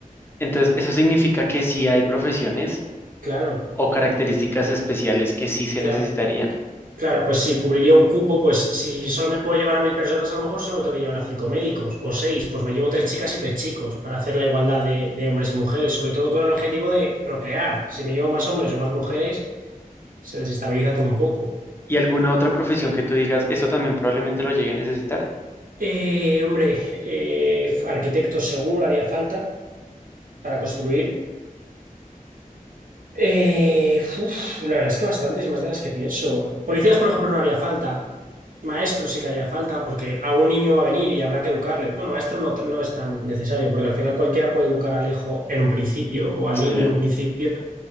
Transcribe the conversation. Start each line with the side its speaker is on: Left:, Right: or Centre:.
Left: Entonces, eso significa que sí hay profesiones
Right: Claro,
Left: o características especiales que sí se
Right: claro,
Left: necesitarían.
Right: claro, pues sí, cubriría un cupo, pues si solo me puedo llevar a mil personas, a lo mejor solo me tengo que llevar a cinco médicos o seis, pues me llevo tres chicas y tres chicos para hacer la igualdad de, de hombres y mujeres, sobre todo con el objetivo de procrear. Si me llevo más hombres o más mujeres, se desestabiliza todo un poco.
Left: ¿Y alguna otra profesión que tú digas, esto también probablemente lo llegue a necesitar?
Right: Eh, hombre, eh, arquitecto seguro haría falta para construir. Eh, uf, la verdad es que bastantes más de las que pienso. Policías, por ejemplo, no haría falta. Maestro sí que haría falta, porque algún niño va a venir y habrá que educarle. Bueno, maestro no, no es tan necesario, porque al final cualquiera puede educar al hijo en un principio o al
Left: Sí.
Right: niño en un principio